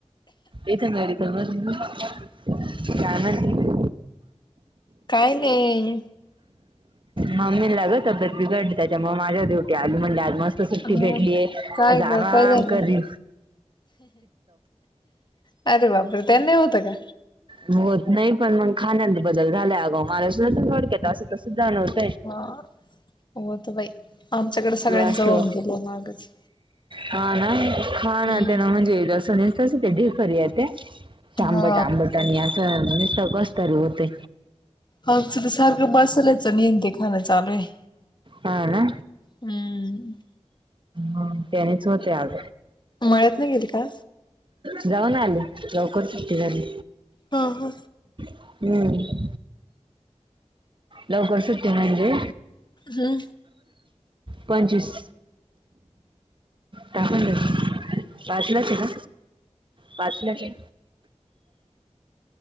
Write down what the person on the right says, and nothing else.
इत मेडिकल मधून घे. काय म्हणती.
मम्मी ला ग तब्येत बिघडली त्याच्यामुळे माझ्या ड्युटी आली म्हणली आज मस्त सुट्टी
भेटलीय
आज
आराम
करी
ग होत नाही पण मग खाण्यात बदल झाला अ गं मला सुद्धा डकेत असं तर सुद्धा नवत
असं
हा ना खाणा
पिन म्हणजे द सुनी कस ते ढेकर येत्या आंबट
आंबट असं म्ह कस तरी होते.
हाला
ह तेनी शोते आज
जाऊन आल लवकर सु्टी झाली
हम्म लवकर सुट्टते म्हणजे
पंचस तण पाचलाचे ना पाचलाचे